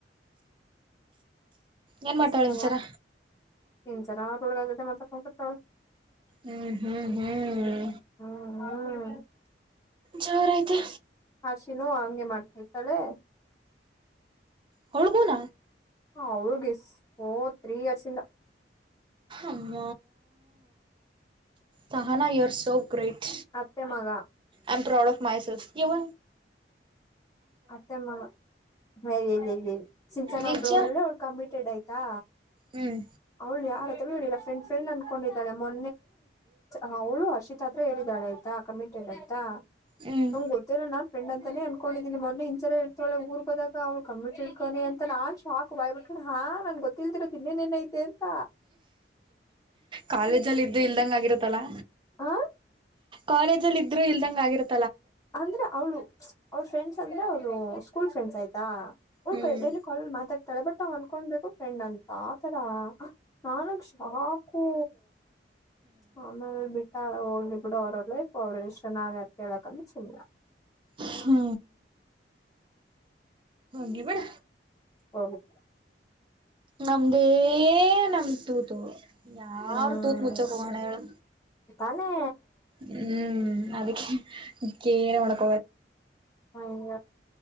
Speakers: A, on the right; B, on the left.
A: ಏನ್
B: ಮಸ್
A: ಮಾಡ್ತಾವಳ
B: ಚಲ್ಲ
A: ಇಂಚರ
B: ಇಂಚಾರ ಆತ ಒಳಗ ಮಾ ಕಸ ಟ
A: ಹ್ಮ್ ಹ್ಮ್ ಹ್ಮ್
B: ಹ್ಮ್ ಹ್ಮ್
A: ಜೋರಐತೆ
B: ಹಸಿನೋ ಹಂಗೆ ಮಾಡ್ತವಿ ತಳೆ
A: ಹಡುಗುಣ
B: ಹ ಅವಳಗ ಓ ತ್ರೀ ಇಯರ್ಸ್ ಇಂದ
A: ಅಮ್ಮ ಸಹಾನ ಇವರ್ ಸೋ ಗ್ರೈಟ್
B: ಅತ್ಯೆ ಮಗ
A: ಆಮ ಪ್ರೌಡ್ ಆಫ್ ಮಾಸೆಲ್ಫ ಕವ
B: ಮತ್ತೆಮ್ಮ ಮ ಸಿಂಚನ
A: ನಿಜ
B: ಒಬಳ ಒಳ್ಳ ಅವಳ ಕಮಿಟೆಡ್ ಆಯ್ತಾ
A: ಹ್ಮ್
B: ಅವಳು ಯಾರ ಫ್ರೆಂಡ್ ಫ್ರೆಂಡ್ ಅನ್ಕೊಂಡಿದ್ದಾಳ ಮೊ ಹ ಹುರ್ಷತ್ ಹತ್ರ ಹೇಳಾಳ ಆ್ತಾ ಕಮೆಂ <unintelligible>
A: ಹ್ಮ್
B: ನಮ್ ಗೊತ್ತಿಲ್ಲ ನಾನ್ ಫ್ರೆಂಡ್ ಅಂತಾನೇ ಅನ್ಕೊಂಡಿದ್ದ ನಿನ್ ಮೊ ಹಂಚಾರ ಇತಳೆ ಊರ್ಗೋದಾಗ ಅವ್ಳ ಕಮ್ಮಿಟ್ ಇಡ್ಕನ ಅಂತ ನಾನ್ ಶಾಕ್ ಬಾಯ್ಬ ಬಿಟ್ಕೊಂಡ್ ಹಾ ನನ್ ಗೊತ್ತ ತಿಲ್ದಿರೋ ತಿ ಇನ್ನೇನ್ನ್ ಐತೆ ಅಂತ
A: ಕಾಲೇಜ್ ಅಲ್ಲಿ ಇದೆ ಇಲ್ದಂಗ ಆಗಿರತ್ತಲ್ಲಾ
B: ಆ
A: ಕಾಲೇಜ ಅಲ್ಲಿ ಇದ್ರು ಇಲ್ದಂಗ ಆಗಿತ್ತೆ
B: ಅಂದ್ರೆ ಅವಳು ಅವ್ರ ಫ್ರೆಂಡ್ಸ್ ಅಂದ್ರೆ ಅವ್ರು ಸ್ಕೂಲ್ ಫ್ರೆಂಡ್ಸ್ ಆಯ್ತಾ ಹಕ
A: ಹ್ಮ್
B: ಡೈಲಿ ಕಾಲಲ್ಲಿ ಮಾತಾಡ್ತಾಳೆ ಬಟ್ ನಾವ್ ಅನ್ಕೊಬೇಕು ಫ್ರೆಂಡ್ ಅಂತ ಆತರ ನಾನ ಹಾ ಕೂ ಆಮೇಲೆ ಬಿಟ್ಟ ಹೋಗ್ಲಿ ಬಿಡು ಅವ್ರಲ್ಲ ಅವರು ಇಷ್ಟ ನಾವ ಯಾರ್ಳ ಚಲ್ಲ
A: ಹಾ ಹಿ ಬೇಡ
B: ಹ
A: ನಮ್ದೇ ನಮ್ದ ತೂತು ಯಾರ
B: ಹ್ಮ್
A: ತೂತ್ ಮುಚ್ಚಕ್ ಹೋಗೋಣ ಹೇಳು
B: ತಾನೇ
A: ಹ್ಮ್ ಅದಕ್ಕೆ ಕೇರೆ ಮಳಕ
B: ಅಯ